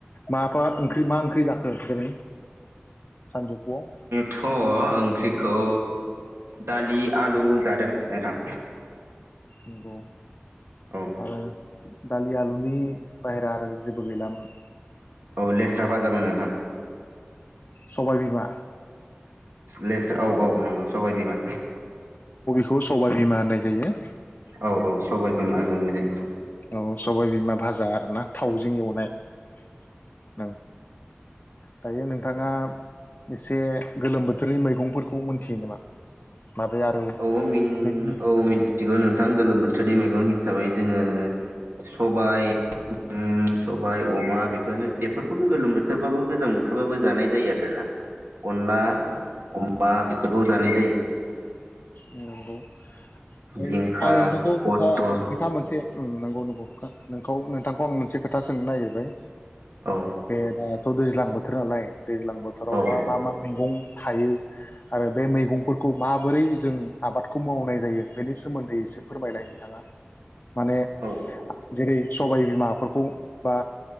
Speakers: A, on the left; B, on the right.
A: माबा ओंख्रि मा ओंख्रि जाखो दिनै सानजुफुआव
B: थ ओंख्रिखौ दालि आलु जादों नोंथां
A: नंगौ
B: औ
A: आरो दालि आलुनि बाहेरा आरो जेबो गैलामोन?
B: औ लेस्रा फाजामोन नोंथां
A: सबाय बिमा
B: लेस औ औ नांगौ सबाय बिमा
A: खौ सबाय बिमा होननाय जायो
B: औ औ सबाय बिमा होननानै जायो नोंथां
A: औ सबाय बिमा भाजा आरोना थावजों एवनाय औ दायो नोंथाङा एसे गोलोम बोथोरनि मैगंफोरखौ मोनथियो नामा माबाया आरो
B: औ मिन
A: बेनि
B: औ मिनथिगौ नोंथां गोलोम बोथोरनि मैगं सो हिसाबै जोङो सबाय उम सबाय अमा बेफोरनो बेफोरखौनो गोलोम बोथोरबाबो गोजां बोथोरबाबो जानाय जायो आरो ना अनला अम बा बेफोरखौ जानाय जायो ।
A: नंगौ ओय
B: जिंखा
A: आं नोंथांखौ
B: पटल
A: खोथा खोथा मोनसे उम नंगौ नंगौ नोंखौ नोंथांखौ आं मोनसे खोथा सोंनो नागिरबाय
B: औ
A: <unintelligible> दैज्लां बोथोर नालाय दैज्लां बोथोरावहा
B: औ
A: मा मा मैगं थायो आरो बे मैगंफोरखौ माबोरै जों आबादखौ मावनाय जायो बेनि सोमोन्दै एसे फोरमायलाय नोंथाङा माने
B: औ
A: जेरै सबाय बिमाफोरखौ बा